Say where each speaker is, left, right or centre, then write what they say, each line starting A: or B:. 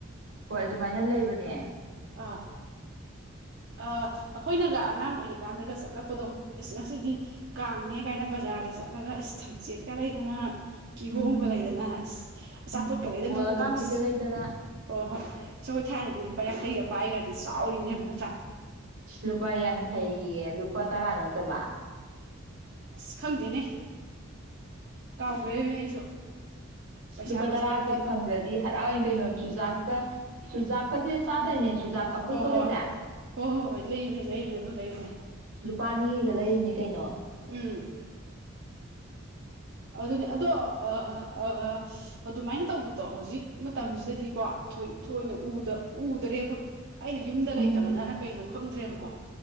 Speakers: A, on the right; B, on the right.
A: ꯍꯣꯏ ꯑꯗꯨꯃꯥꯏꯅ ꯂꯩꯕꯅꯦ
B: ꯑꯥ ꯑꯥ ꯑꯩꯈꯣꯏꯅꯒ ꯑꯉꯥꯡ ꯑꯣꯏꯔꯤ ꯀꯥꯟꯗꯒ ꯆꯠꯂꯛꯄꯗꯣ ꯢꯁ ꯉꯁꯤꯗꯤ ꯀꯥꯡꯅꯦ ꯀꯥꯏꯅ ꯕꯖꯥꯔꯗ ꯆꯠꯂꯒ ꯏꯁ ꯊꯝꯆꯦꯠꯀ ꯂꯩꯗꯅ ꯀꯤꯍꯣꯝꯒ
A: ꯎꯝ
B: ꯂꯩꯗꯅ ꯏꯁ ꯑꯆꯥꯄꯣꯠꯀ
A: ꯎꯝ
B: ꯂꯩꯗꯅ
A: ꯕꯣꯜ
B: ꯇꯧꯕꯗꯣ
A: ꯑꯀꯥꯝꯕꯤꯒ
B: ꯏꯁ
A: ꯂꯩꯗꯅ
B: ꯑꯣ ꯍꯣꯏ ꯑꯈꯣꯏ ꯊꯥꯏꯅꯗꯤ ꯂꯨꯄꯥ ꯌꯥꯡꯈꯩꯒ ꯗꯤ ꯆꯥꯎꯔꯤꯅꯦꯕ ꯅꯠꯇ꯭ꯔꯥ
A: ꯂꯨꯄꯥ ꯌꯥꯡꯈꯩ ꯌꯦ ꯂꯨꯄꯥ ꯇꯔꯥ ꯅꯠꯇꯕ
B: ꯑꯁ ꯈꯪꯗꯦꯅꯦ ꯀꯥꯎꯈ꯭ꯔꯦꯅꯦ ꯑꯩꯁꯨ ꯄꯩꯁꯥ
A: ꯂꯨꯄꯥ
B: ꯃꯁꯤꯡꯗꯨꯗꯤ
A: ꯇꯔꯥꯒ ꯐꯪꯈ꯭ꯔꯗꯤ ꯍꯔꯥꯎꯏ ꯀꯩꯅꯣ ꯆꯨꯖꯥꯛꯀ ꯆꯨꯖꯥꯛꯀꯁꯦ ꯆꯥꯗꯣꯏꯅꯦ ꯆꯨꯖꯥꯛ ꯑꯐꯨꯠꯄꯒꯁꯦ
B: ꯍꯣꯏ ꯍꯣꯏ ꯍꯣꯏ ꯍꯣꯏ ꯍꯣꯏ ꯂꯩꯕꯅꯦ ꯂꯩꯕꯅꯦ ꯑꯗꯨꯝ ꯂꯩꯕꯅꯦ
A: ꯂꯨꯄꯥ ꯂꯩꯔꯤꯅꯤ ꯀꯩꯅꯣ
B: ꯎꯝ ꯑꯗꯨꯅꯦ ꯑꯗꯣ ꯑ- ꯑ- ꯑ- ꯑ- ꯑꯗꯨꯃꯥꯏꯅ ꯇꯧꯕꯗꯣ ꯍꯧꯖꯤꯛ ꯃꯇꯝꯁꯤꯗꯗꯤꯀꯣ ꯊꯣꯏ- ꯊꯣꯏꯅ ꯎꯗ- ꯎꯗ꯭ꯔꯦꯕ ꯑꯩꯅ ꯌꯨꯝꯗ
A: ꯎꯝ
B: ꯂꯩꯇꯕꯅꯔ ꯀꯩꯅꯣ ꯈꯪꯗ꯭ꯔꯦꯕꯀꯣ